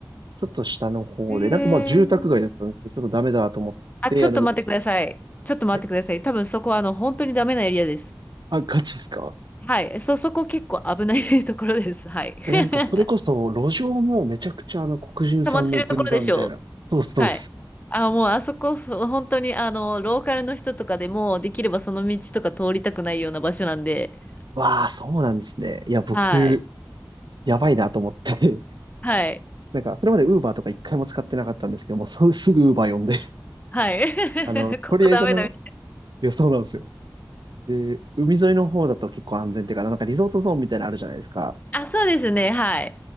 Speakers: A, on the right; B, on the left.
A: ちょっと下の方で、
B: へえ。
A: なんかまあ住宅街だったんですけど、ちょっとダメだと思って、
B: あ、ちょっと待ってください。
A: あの、
B: ちょっと待ってください。
A: あ、
B: 多分そこはあの、本当にダメなエリアです。
A: あガチですか
B: はい。そ、そこ結構危ない <laughs> ところです。はい。
A: え、
B: <laughs>
A: なんかそれこそ路上もめちゃくちゃあの黒人さんの軍団みたいな。
B: 溜まってるところでしょう。
A: そうっす、そうっす。
B: はい。あ、もうあそこ、そう本当にあの、ローカルの人とかでも、できればその道とか通りたくないような場所なんで、
A: わあ、そうなんですね。いや、僕、
B: はい。
A: やばいなと思って。<laughs>
B: はい。
A: なんか、それまでウーバーとか一回も使ってなかったんですけども、そうすぐウーバー呼んで、<laughs>
B: はい。<laughs>
A: あの、
B: ここダメだ。
A: とりあえずあの、いや、そうなんですよ。で、海沿いの方だと結構安全っていうか、なんかリゾートゾーンみたいなのあるじゃないですか。
B: あ、そうですね。はい。